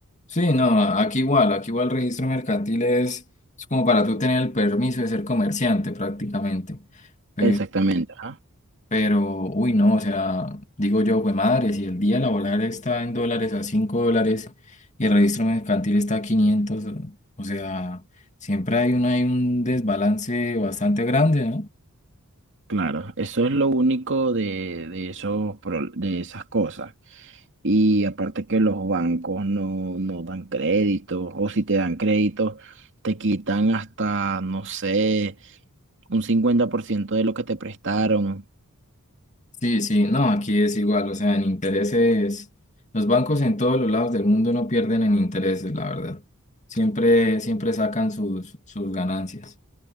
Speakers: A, on the left; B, on the right.
A: Sí, no, aquí igual, aquí igual el registro mercantil es, es como para tú tener el permiso de ser comerciante prácticamente. Pero,
B: Exactamente, ajá.
A: pero, uy, no, o sea, digo yo, güey, madre, si el día laboral está en dólares a 5 dólares y el registro mercantil está a 500, o sea, siempre hay un, hay un desbalance bastante grande, ¿no?
B: Claro, eso es lo único de, de, esos, pro- de esas cosas. Y aparte que los bancos no, no dan créditos, o si te dan créditos, te quitan hasta, no sé, un 50% de lo que te prestaron.
A: Sí, sí, no, aquí es igual, o sea, en intereses, los bancos en todos los lados del mundo no pierden en intereses, la verdad. Siempre, siempre sacan sus, sus ganancias.